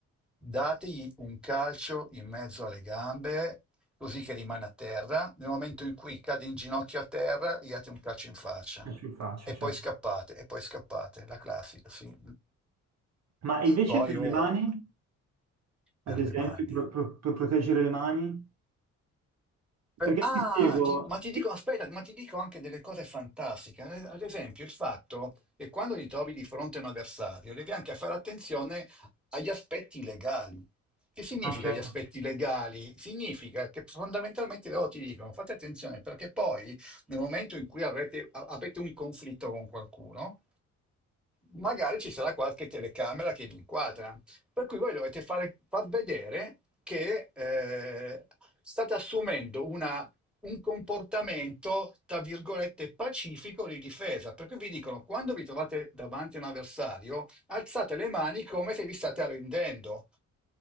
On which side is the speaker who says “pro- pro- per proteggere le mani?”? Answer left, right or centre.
Right